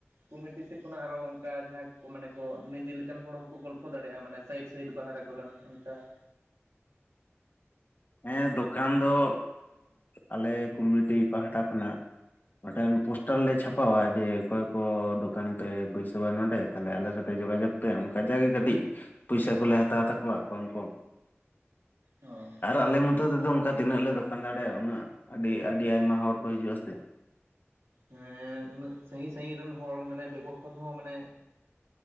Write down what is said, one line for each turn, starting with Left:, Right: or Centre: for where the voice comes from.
Right: ᱠᱚᱢᱤᱴᱤ ᱥᱮᱫ ᱠᱷᱚᱱᱟᱜ ᱟᱨᱚ ᱚᱱᱠᱟ ᱡᱟᱦᱟᱸ ᱠᱚ ᱢᱟᱱᱮ ᱠᱚ ᱱᱤᱡᱮ ᱞᱮᱠᱟᱱ ᱦᱚᱲ ᱦᱚᱸᱠᱚ ᱜᱚᱞᱯᱚ ᱫᱟᱲᱮᱭᱟᱜᱼᱟ ᱢᱟᱱᱮ ᱥᱟᱭᱤᱰ ᱥᱟᱭᱤᱰ ᱵᱟᱦᱟ ᱠᱚᱨᱮᱱ ᱚᱱᱠᱟ ᱾
Left: ᱦᱮᱸ ᱫᱚᱠᱟᱱ ᱫᱚ ᱟᱞᱮ ᱠᱚᱢᱱᱤᱴᱤ ᱯᱟᱦᱴᱟ ᱠᱷᱚᱱᱟᱜ ᱢᱤᱫᱴᱮᱱ ᱯᱳᱥᱴᱟᱨ ᱞᱮ ᱪᱷᱟᱯᱟᱣᱟ ᱡᱮ ᱚᱠᱚᱭ ᱠᱚ ᱫᱚᱠᱟᱱ ᱯᱮ ᱵᱟᱹᱭᱥᱟᱹᱣᱟ ᱱᱚᱰᱮ ᱛᱟᱦᱚᱞᱮ ᱟᱞᱮ ᱥᱟᱛᱮ ᱡᱳᱜᱟᱡᱳᱜᱽ ᱯᱮ ᱚᱱᱠᱟ ᱡᱟᱜᱮ ᱠᱟᱹᱴᱤᱡ ᱯᱚᱭᱥᱟ ᱠᱚᱞᱮ ᱦᱟᱛᱟᱣ ᱛᱟᱠᱚᱣᱟ ᱠᱚᱢ ᱠᱚᱢ ᱾
Right: ᱚ ᱾
Left: ᱟᱞᱮ ᱢᱚᱛᱚ ᱛᱮᱫᱚ ᱚᱱᱠᱟ ᱛᱤᱱᱟᱹᱜ ᱞᱮ ᱫᱚᱠᱟᱱ ᱫᱟᱲᱮᱭᱟᱜᱼᱟ ᱩᱱᱟᱹᱜ ᱟᱹᱰᱤ ᱟᱹᱰᱤ ᱟᱭᱢᱟ ᱦᱚᱲ ᱠᱚ ᱦᱤᱡᱩᱜᱼᱟ ᱥᱮ ᱾
Right: ᱦᱮᱸ ᱩᱱᱟᱹᱜ ᱥᱟᱺᱜᱤᱧ ᱥᱟᱺᱜᱤᱧ ᱨᱮᱱ ᱦᱚᱲ ᱢᱟᱱᱮ ᱵᱮᱵᱚᱦᱟᱨ ᱦᱚᱸ ᱢᱟᱱᱮ